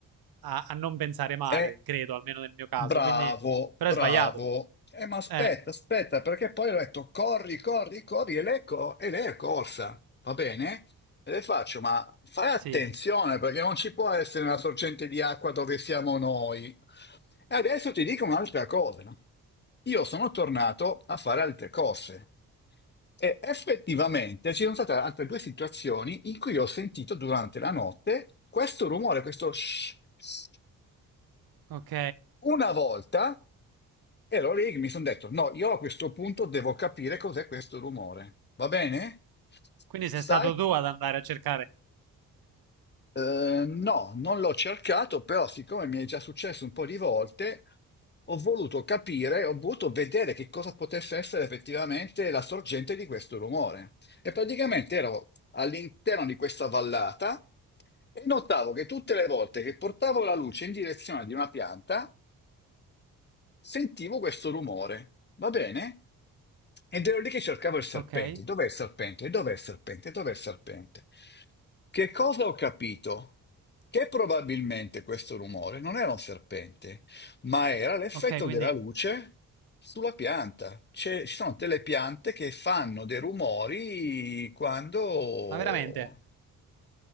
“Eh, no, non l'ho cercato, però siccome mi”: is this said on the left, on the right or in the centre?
Left